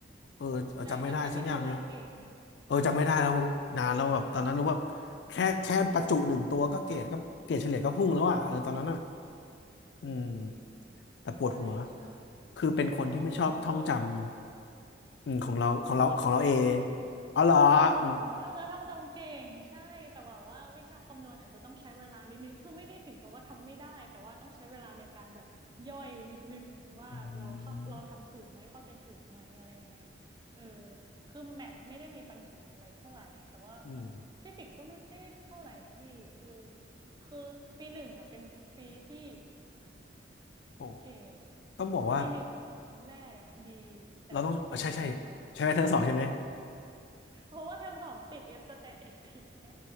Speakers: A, on the left; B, on the right.
A: เออเออจำไม่ได้สักอย่างนะ
B: ใช่ อันนี้อันนี้คือแรงเกรดนะ
A: เออจำไม่ได้แล้วนานแล้วแบบตอนนั้นรู้ว่าแค่แค่ประจุหนึ่งตัวก็เกรดก็เกรดเฉลี่ยก็พุ่งแล้วอ่ะเออตอนนั้นอ่ะอืมแต่ปวดหัว
B: ใช่ใช่
A: คือเป็นคนที่ไม่ชอบท่องจ
B: ของหนูคือ
A: ำอืมของเราของเราของเราเอง
B: หนูอะท่องจำเก่ง
A: อ๋อเหรอเออ
B: ของหนูน่าจะท่องจำเก่งใช่แต่ว่าว่าวิชาคำนวณอาจจะต้องใช้เวลานิดนึงคือไม่ได้ถึงกับว่าทำไม่ได้แต่ว่าต้องใช้เวลาในการแบบย่อยนิดนึงว่าเราเข้าเราทำถูกไหมเข้าใจถูกไหมอะไรเงี้ย
A: อืม
B: เออคือแมทไม่ได้มีปัญหาอะไรเท่าไหร่แต่ว่าแบบฟิสิกส์ก็ไม่ได้เท่าไหร่นะพี่เออ
A: อืม
B: คือปีหนึ่งอ่ะเป็นปีที่
A: โอ้
B: เกรด
A: ต้องบอกว่า
B: ปีหนึ่งเทอมแรกอ่ะดีแต่ว่าปีหนึ่งเทอมสองอ่ะไม่ดี
A: เราต้องเออใช่ใช่ใช่ไหมเทอมสองใช่ไหม
B: เพราะว่าเทอมสองติด F สแตติกไง